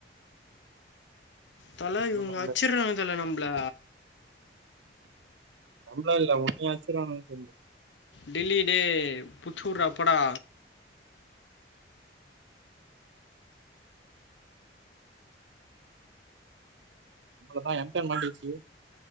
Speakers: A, on the left (about 85°); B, on the right (about 85°).
A: தல
B: என்ன
A: இவுன்ங்க
B: பண்ண முடியாது.
A: அச்றாங்க தல நம்மள
B: நம்ள இல்ல ஒன்னிய அச்ட்ரானுங்கனு சொல்லு
A: டெல்லி டே புச்சூர்ரா போடா
B: அவ்ளோதா எம்பேர் மாட்டிகிச்சு